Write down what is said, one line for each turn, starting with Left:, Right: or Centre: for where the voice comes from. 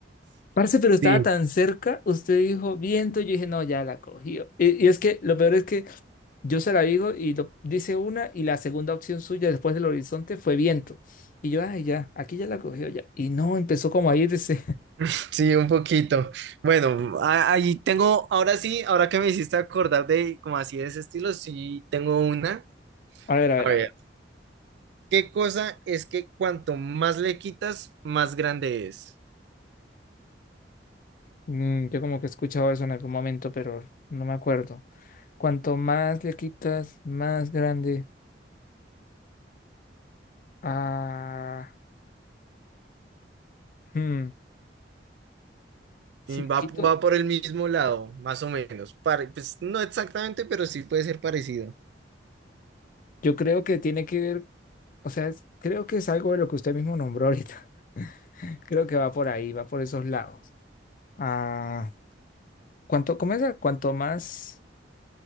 Left: Parce, pero estaba
Right: Sí,
Left: tan cerca, usted dijo viento, yo dije, no, ya la cogió. Y, y es que lo peor es que yo se la digo y lo, dice una y la segunda opción suya después del horizonte fue viento. Y yo, ay, ya, aquí ya la cogió ya. Y no, empezó como a irse. <laughs>
Right: sí, un poquito. Bueno, a- ahí tengo, ahora sí, ahora que me hiciste acordar de como así de ese estilo, sí tengo una.
Left: A ver, a ver,
Right: A ver,
Left: a ver.
Right: ¿qué cosa es que cuanto más le quitas, más grande es?
Left: Mm, yo como que he escuchado eso en algún momento, pero no me acuerdo. Cuanto más le quitas, más grande. Ah, hmm,
Right: Y
Left: Si le
Right: Va,
Left: quito,
Right: va por el mismo lado, más o menos. Pare- pues no exactamente, pero sí puede ser parecido.
Left: yo creo que tiene que ver, o sea, es- creo que es algo de lo que usted mismo nombró ahorita. Creo que va por ahí, va por esos lados. Ah, ¿cuánto, cómo es? Cuanto más,